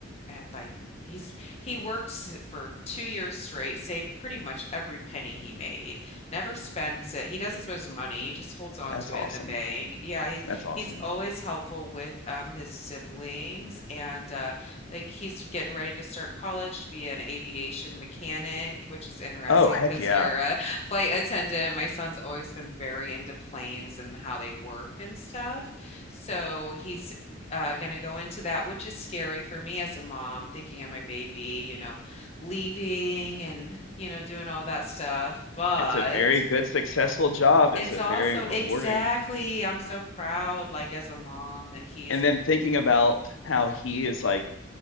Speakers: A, on the left; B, on the left.
A: at like he's he worked s- for two years straight, saved pretty much every penny he made, never spends it. He doesn't spend his money, he just holds on
B: That's
A: to
B: awesome.
A: it in the bank. Yeah, he's
B: That's awesome.
A: he's always helpful with um his siblings and uh like he's getting ready to start college to be an aviation mechanic, which is interesting
B: Oh, heck
A: because
B: yeah.
A: you're a <laughs> flight attendant. My son's always been very into planes and how they work and stuff. So he's uh, going to go into that, which is scary for me as a mom, thinking of my baby, you know, leaving and, you know, doing all that stuff. But
B: It's a very good, successful job.
A: it's
B: It's a
A: also
B: very rewarding.
A: exactly, I'm so proud, like as a mom, that he's
B: And then thinking about how he is like